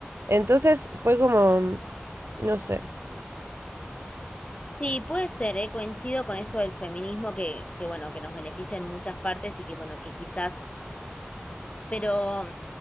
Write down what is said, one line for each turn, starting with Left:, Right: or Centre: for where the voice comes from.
Right: Entonces fue como, no sé.
Left: Sí, puede ser, ¿eh? coincido con esto del feminismo que, que, bueno, que nos beneficia en muchas partes y que, bueno, que quizás Pero,